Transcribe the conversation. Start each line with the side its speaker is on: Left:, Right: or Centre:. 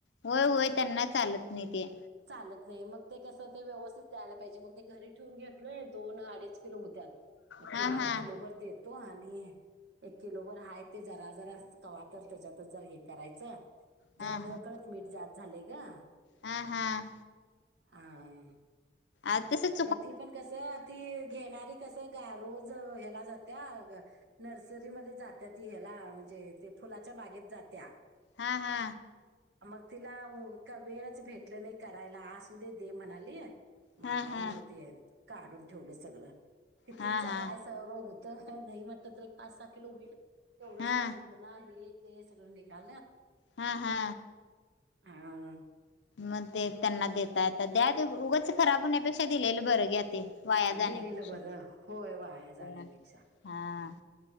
Left: होय होय त्यांना चालत नाही ते
Right: चालत नाही मग ते कसं ते व्यवस्थित जायला पाहिजे मग ते घरी ठेवून घेतलोय दोन अडीच किलो होते.... मग
Left: हा
Right: तिला
Left: हा
Right: एक किलोवरर देतो आणि.... एक किलोवरर हाय ते जरा जरा कवा तर त्याच्यात जर हे करायचं जरा
Left: हा
Right: न.....
Left: हा
Right: कळत मीठ जात झालंय का?
Left: हा हा.....
Right: हम.....
Left: आज तस....
Right: मग ती पण कसं ती घेणारी कसं ग रोज ह्याला जाते.... नर्सरीमध्ये जात्या ती ह्याला म्हणजे ते फुलाच्या बागेत जात्या....
Left: हा हा.....
Right: मग तिला का वेळच भेटलं नाही करायला आ असू दे दे म्हणाली..... म्हणताना
Left: हा हा
Right: मग काढून ठेवलं सगळ किती
Left: हा
Right: काय?
Left: हा
Right: सगळं होत नाही मटत तर एक पाच सहा किलो होईल तेवढं
Left: हा
Right: सगळं ब.... चुकना हे ते सांगून नि गा.....
Left: हा हा....
Right: ह....
Left: मग ते त्यांना देता येत द्या ते उगच खराब होण्यापेक्षा दिलेलं बरं घ्या ते.... वाया जाण्यापेक्षा
Right: दिलेलं बरं होय वाया जाण्यापेक्षा
Left: हा.....